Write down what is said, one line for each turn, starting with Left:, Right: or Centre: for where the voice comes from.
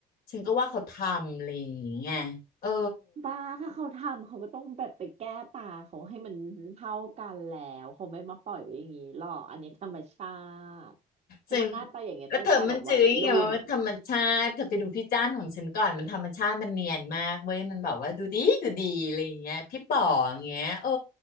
Left: ฉันก็ว่าเขาทำอะไรอย่างเงี้ยเออ
Right: บ้าถ้าเขาทำเขาก็ต้องแบบไปแก้ตาเขาให้มันเท่ากันแล้วเขาไม่มาปล่อยไว้อย่างนี้หรอกอันนี้ธรรมชาติเพราะว่าหน้าตาอย่างเงี้ยตั้งแต่แบบวัยรุ่น
Left: จึงแล้วเธอมันจื้อยังไงว่าธรรมชาติเธอไปดูพี่จ้านของฉันก่อน มันธรรมชาติมันเนียนมากเว้ยมันแบบว่าดูดีดูดีอะไรอย่างเงี้ยพี่ป๋ออย่างเงี้ยเออ